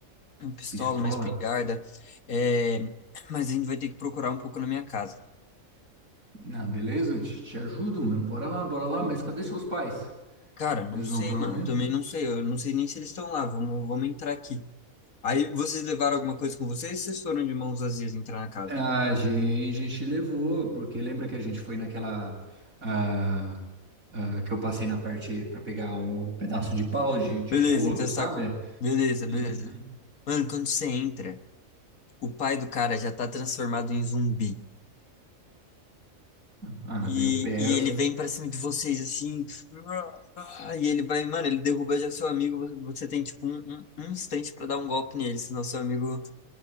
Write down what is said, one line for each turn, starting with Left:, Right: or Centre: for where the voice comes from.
Left: Uma pistola,
Right: Pistola?
Left: uma espingarda. É... Mas a gente vai ter que procurar um pouco na minha casa.
Right: Ah, beleza, eu te, te ajudo, mano. Bora lá, bora lá, mas cadê seus pais?
Left: Cara, não
Right: Eles
Left: sei,
Right: não estão
Left: mano.
Right: aí?
Left: Também não sei. Eu não sei nem se eles estão lá. Vamos, vamos entrar aqui. Aí vocês levaram alguma coisa com vocês? ou Vocês foram de mãos vazias entrar na casa?
Right: a gente, a gente levou, porque lembra que a gente foi naquela. ah, ah, que eu passei na parte pra pegar um pedaço de pau de, de
Left: Beleza,
Right: rodo,
Left: então você
Right: sabe?
Left: tá com. Beleza, beleza.
Right: Uhum.
Left: Mano, quando você entra, o pai do cara já tá transformado em zumbi.
Right: Ah,
Left: E,
Right: daí eu pego.
Left: e ele vem pra cima de vocês assim. ah, E ele vai, mano, ele derruba já seu amigo. vo- Você tem tipo um, um, um instante pra dar um golpe nele, senão seu amigo